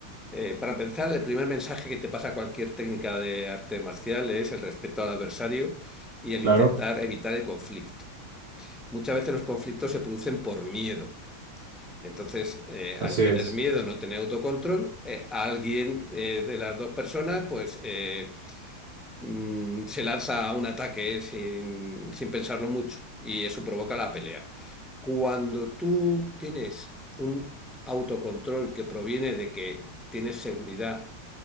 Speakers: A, in the centre; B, on the right.
A: eh, para empezar, el primer mensaje que te pasa cualquier técnica de arte marcial es el respeto al adversario y el
B: claro,
A: intentar evitar el conflicto. Muchas veces los conflictos se producen por miedo. Entonces, eh,
B: así
A: al tener
B: es,
A: miedo, no tener autocontrol, eh, a alguien eh, de las dos personas, pues eh, mm, se lanza a un ataque sin, sin pensarlo mucho y eso provoca la pelea. Cuando tú tienes un autocontrol que proviene de que tienes seguridad,